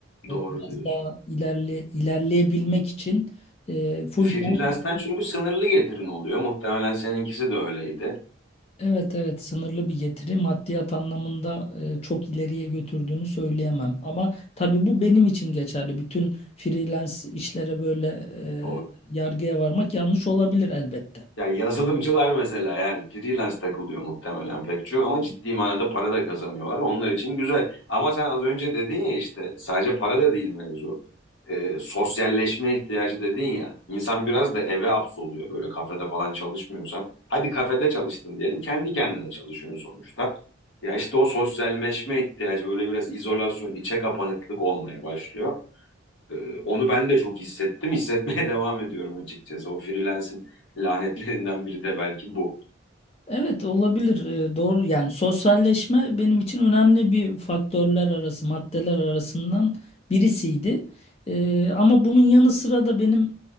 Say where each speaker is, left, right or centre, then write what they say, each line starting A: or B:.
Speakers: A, on the left; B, on the left.
A: Doğru
B: biraz
A: diyorsun.
B: daha ilerle, ilerleyebilmek için e, full
A: Freelance'den
B: time
A: çünkü sınırlı getirin oluyor. Muhtemelen seninkisi de öyleydi.
B: Evet evet sınırlı bir getiri maddiyat anlamında e, çok ileriye götürdüğünü söyleyemem. Ama tabii bu benim için geçerli. Bütün freelance işlere böyle
A: Doğru.
B: e, yargıya varmak yanlış olabilir elbette.
A: Ya yazılımcılar mesela yani freelance takılıyor muhtemelen pek çok ama ciddi manada para da kazanıyorlar. Onlar için güzel. Ama sen az önce dedin ya işte sadece para da değil mevzu. Ee, sosyalleşme ihtiyacı dedin ya. İnsan biraz da eve hapsoluyor böyle kafede falan çalışmıyorsan. Hadi kafede çalıştın diyelim kendi kendine çalışıyorsun sonuçta. Ya işte o sosyalleşme ihtiyacı böyle biraz izolasyon, içe kapanıklık olmaya başlıyor. Ee, onu ben de çok hissettim. Hissetmeye <laughs> devam ediyorum açıkçası. O freelance'in lanetlerinden biri de belki bu.
B: Evet olabilir Ee, doğru yani sosyalleşme benim için önemli bir faktörler arası maddeler arasından birisiydi. Ee, ama bunun yanı sıra da benim